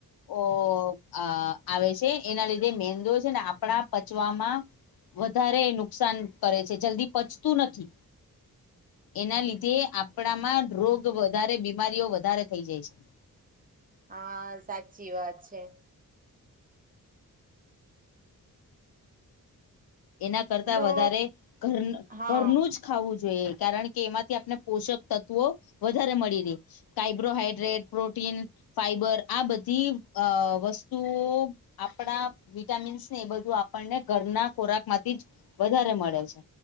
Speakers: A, on the left; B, on the right.
A: ઓ-આ-આવે છે એના લીધે મેંદો છે ને આપણા પચવામા ઓ- આ- આવે છે એના લીધે મેંદો છે ને આપણા પચવામા વધારે નુકસાન કરે છે જલ્દી પચતું નથી. વધારે નુકસાન કરે છે જલ્લી પચતું નથી એના લીધે આપણામાં રોગ વધારે બીમારીઓ વધારે થઈ જાય છે. એના લીધે આપણામાં રોગ બીમારીઓ વધારે થઈ જાય છે.
B: હા સાચી વાત છે. હા સાચી વાત છે ‌
A: એના કરતા
B: તો
A: વધારે ઘર-
B: હા
A: ઘરનું જ ખાવું જોઈએ કારણ કે એના કરતાં વધારે ઘર- ઘરનું જ ખાવું જોઈએ કારણ કે કે એમાંથી આપને પોષક તત્વો વધારે મળી રે, કાઈબ્રોહાઈડ્રેટ, પ્રોટીન, કે એમાંથી આપને પોષણ તત્વો વધારે મળી રે, કાર્બોહાઈડ્રેટ, પ્રોટીન, ફાઈબર આ બધી અ વસ્તુઓ ફાઇબર આ બધી વસ્તુઓ આપણા વિટામીન્સ ને એ બધું આપણને ઘરના ખોરાક માંથી જ વધારે મળે છે. આપના વિટામીન્સ ને એ બધું આપણાને ઘરના ખોરાકમાંથી જ વધારે મળે છે